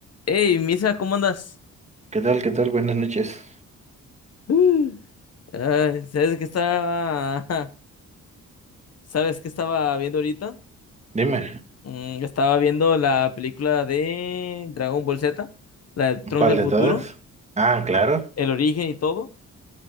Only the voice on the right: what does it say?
¿Qué tal? ¿Qué tal? Buenas noches.
Dime,
¿cuál
de
todas? Ah, claro.